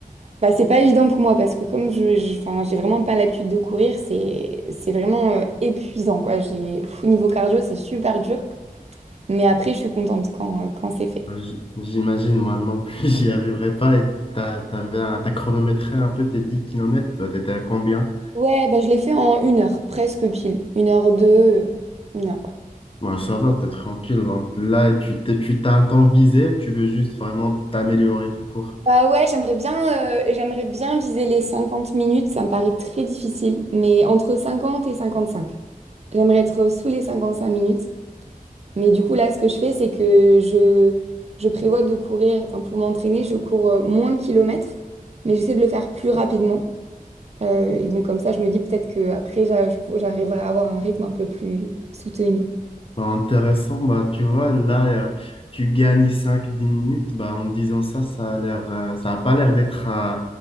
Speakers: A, on the right (about 45°); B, on the left (about 40°).
A: bah, c'est pas évident pour moi parce que comme je, je- enfin, j'ai vraiment pas l'habitude de courir, c'est, c'est vraiment euh, épuisant, quoi. J'ai, pff, au niveau cardio, c'est super dur, mais après, je suis contente quand, euh, quand c'est fait.
B: bah, j- j'imagine moi non plus <laughs> j'y arriverai pas et t'as, t'avais, un- t'as chronométré un peu tes dix kilomètres toi t'étais à combien?
A: Ouais, bah, je l'ai fait en une heure, presque pile. Une heure deux, euh, une heure, ouais.
B: Bah, ça va, t'es tranquille. hein. Là, tu t'es- tu t'as un temps visé ou tu veux juste vraiment t'améliorer tout court?
A: Bah ouais, j'aimerais bien, euh, j'aimerais bien viser les 50 minutes, ça me paraît très difficile, mais entre 50 et 55. J'aimerais être sous les 55 minutes. Mais du coup, là, ce que je fais, c'est que je, je prévois de courir, enfin, pour m'entraîner, je cours euh, moins de kilomètres, mais j'essaie de le faire plus rapidement. Euh, et donc, comme ça, je me dis peut-être qu'après, j'arriverai à avoir un rythme un peu plus soutenu.
B: Bah, intéressant, bah, tu vois, là, euh, tu gagnes cinq dix minutes. Bah, en disant ça, ça a l'air, euh, ça a pas l'air d'être euh,